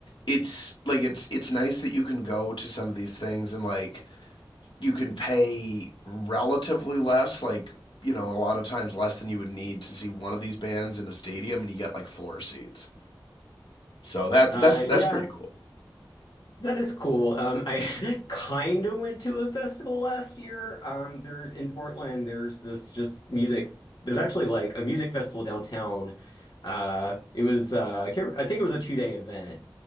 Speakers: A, on the left; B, on the left.
A: it's like it's it's nice that you can go to some of these things and like you can pay relatively less, like you know, a lot of times less than you would need to see one of these bands in a stadium, and you get like floor seats. So that's
B: Uh,
A: that's that's
B: yeah,
A: pretty cool.
B: that is cool. Um, I <laughs> kind of went to a festival last year. Um, there's in Portland. There's this just music. There's actually like a music festival downtown. Uh, it was uh, I can't, I think it was a two day event.